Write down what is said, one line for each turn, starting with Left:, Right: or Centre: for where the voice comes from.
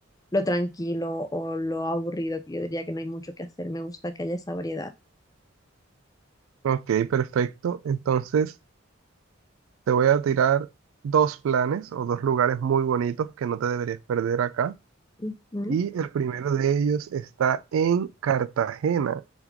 Left: lo tranquilo o lo aburrido, que yo diría que no hay mucho que hacer. Me gusta que haya esa variedad.
Right: Ok, perfecto. Entonces, te voy a tirar dos planes o dos lugares muy bonitos que no te deberías perder acá.
Left: Ujú.
Right: Y el primero de ellos está en Cartagena.